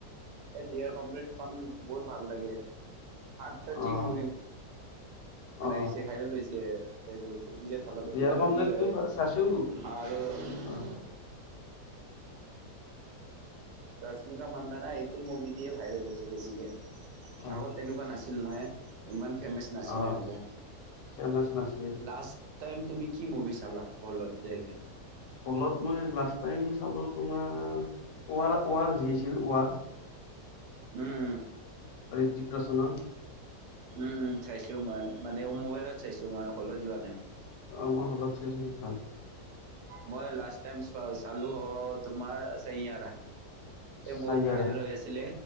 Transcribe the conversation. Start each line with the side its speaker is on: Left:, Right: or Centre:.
Right: এ ডিয়াৰ কমৰেট খন বহুত ভাল লাগে হাৰ্ট তাৰ
Left: অ
Right: চিন মোভি নতুন
Left: অ
Right: আহি ভাইৰেল এইটো বিজয় থালাপাতি
Left: দিয়াৰ
Right: আৰু
Left: কমৰেডটো
Right: দিয়ে হয়
Left: চাইছো
Right: আৰু
Left: অ
Right: ৰশ্মিকা মান্দানা এইটো মুভি দিয়ে ভাইৰেল হৈছে বেছিকে।
Left: অ
Right: আগত তেনেকুৱা নাছিল নহয়, ইমান ফেমাচ নাছিলে
Left: অ
Right: সিহঁতে,
Left: ফেমাচ নাছিল
Right: লাষ্টটাইম তুমি কি মুভি চালা, হ'লত? যাইকে?
Left: হ'লত মই লাষ্ টাইম চালোঁ তোমাৰ, ৱাৰ, ৱাৰ যি আছিল ৱাৰ
Right: উম! উম!
Left: <unintelligible> হ্ৰিটিক ৰোশনৰ।
Right: উম! উম! চাইছোঁ মই, মানে মোবাইলত চাইছোঁ মই, হলত যোৱা নাই।
Left: অ' মই হালত চাইছোঁ সেইখান
Right: মই লাষ্ট টাইম চালোঁ অ' তোমাৰ চয়াৰা। এ বহুত
Left: চাইয়াৰা
Right: ভাইৰেল হৈ আছিলে।